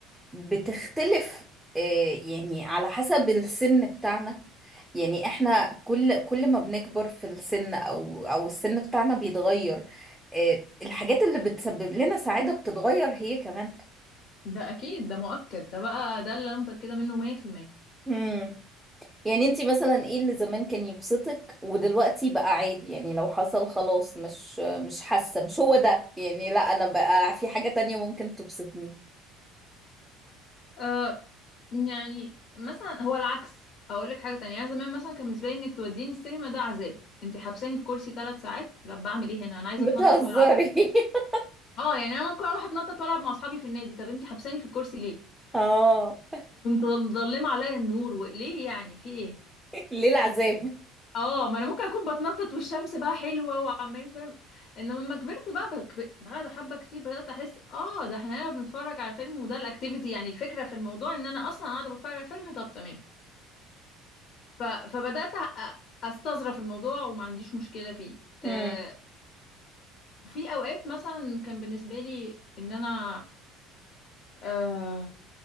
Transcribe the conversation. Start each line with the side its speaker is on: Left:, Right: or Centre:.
Centre: بتختلف آه، يعني على حسب السن بتاعنا يعني احنا كل كل ما بنكبر في السن او او السن بتاعنا بيتغير آه، الحاجات اللي بتسبب لنا سعادة بتتغير هي كمان
Left: ده اكيد ده مؤكد ده بقى ده اللي انا متأكدة منه 100%
Centre: امم يعني انتي مثلا ايه اللي زمان كان يبسطك ودلوقتي بقى عادي يعني لو حصل خلاص مش مش حاسة مش هو ده يعني لا انا بقى في حاجة تانية ممكن تبسطني
Left: آه يعني مثلا هو العكس اقول لك حاجه تانية انا زمان مثلا كان بالنسبه لي انك توديني السينما ده عذاب انت حبساني في كرسي ثلاث ساعات لا بعمل ايه هنا انا عايزه
Centre: بتهزري
Left: اتنطط والعب
Centre: <laughs>
Left: اه يعني انا ممكن اروح اتنطط والعب مع اصحابي في النادي طب انتي حبساني في الكرسي ليه
Centre: اه
Left: ومظلمه عليا النور وليه يعني في ايه
Centre: ليه العذاب
Left: اه ما انا ممكن اكون بتنطط والشمس بقى حلوه وعمالين فاهم انما لما كبرت بقى بك- بعد حبه كتير بدات احس اه ده احنا هنا بنتفرج على فيلم وده الاكتيفيتي يعني الفكره في الموضوع ان انا اصلا قاعده بتفرج على فيلم طب تمام ف... فبدات أ- استظرف الموضوع وما عنديش مشكله فيه
Centre: امم
Left: آه في اوقات مثلا كان بالنسبه لي ان انا آه،